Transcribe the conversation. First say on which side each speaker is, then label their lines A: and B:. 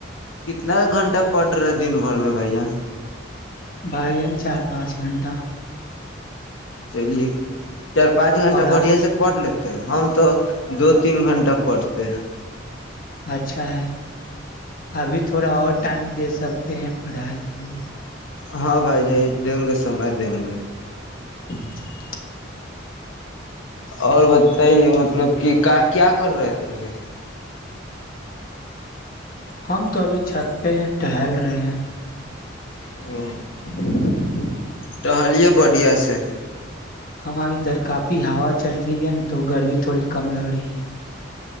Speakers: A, on the left; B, on the left.
A: کتنا گھنٹہ پڑ رہا ہے دن بھر میں بھائی جان
B: بھائی جان چار پانچ گھنٹہ
A: چلیے چار پانچ گنٹہ
B: اور
A: بڑھیا
B: آ
A: سے پڑھ لے ہم تو دو تین گھنٹہ پڑتے ہے
B: اچھا ہے ابھی تھوڑا اور ٹائم دے سکتے ہیں پڑھائی کے لیے
A: ہاں بھائی جان دیں گے سمے دیں گے
B: <inaudible>
A: اور بتائیے مطلب کہ کیا کر رہے تھے ابھی
B: ہم تو ابھی چھت پہ ہے ٹہل رہے ہیں
A: او
B: <inaudible>
A: ٹہلے بڑھیا سے
B: ہاں ادھر کافی ہا چل رہی ہے نا تو گرمی تھوڑی کم لگ رہی ہے